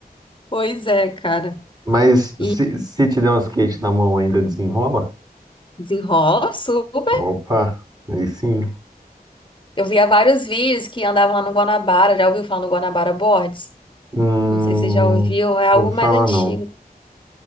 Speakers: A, on the left; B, on the right.
A: Pois é, cara.
B: Mas
A: E
B: se, se te der um skate na mão, ainda desenrola?
A: desenrola super.
B: Opa, aí sim.
A: Eu via vários vídeos que andavam lá no Guanabara. Já ouviu falar no Guanabara Boards?
B: Hum,
A: Não sei se você já ouviu, é algo
B: ouvi falar
A: mais antigo.
B: não.